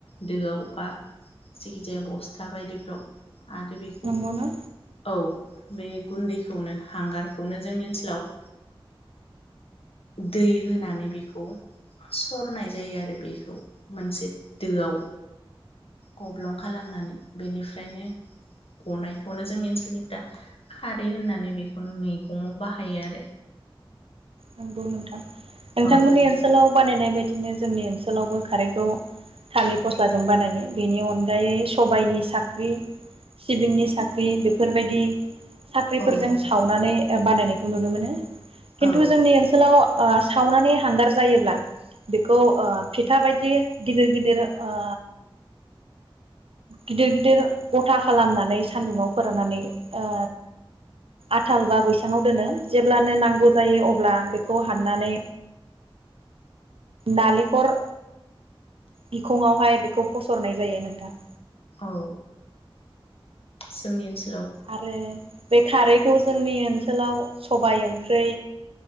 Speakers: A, on the left; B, on the right.
A: दोआव बा जाखि जाया बस्था बायदिफ्राव आरो बेखौ
B: नंगौना
A: औ बे गुन्दैखौनो हांगारखौनो जोंनि ओनसोलाव दै होनानै बेखौ सरनाय जायो आरो बेखौ मोनसे दोआव गब्लं खालामनानै बेनिफ्रायनो गनायखौनो जोंनि ओनसोलनिफ्राखारै होननानै बेखौनो मैगङाव बाहायो आरो।
B: नंगौ नोंथां नोंथांमोननि
A: औ नोंथां
B: ओनसोलाव बानायनाय बायदि बिदिनो जोंनि ओनसोलावबो खारैखौ थालिर फस्लाजों बानायो बेनि अनगायै सबायाइनि साख्रि सिबिंनि साख्रि बेफोरबायदि साख्रिफोरजों
A: औ औ
B: सावनानै बानायनायखौ नुनो मोनो थ'
A: औ
B: जोंनि ओनसोलाव ओ सावनानै हांगार जायोब्ला बेखौ ओ फिथा बायदि गिदिर गिदिर ओ गिदिर गिदिर गथा खालामनानै सान्दुंङाव फोराननानै ओ आथाल बा बैसाङाव दोनो जेब्लानो नांगौ जायो अब्ला बेखौ हाननानै नालेंखर बिखंङावहाय बेखौ फसरनाय जायो नोंथां।
A: औ जोंनि ओनसो
B: आरो बे खारैखौ जोंनि ओन सोलाव सबाय ओंख्रि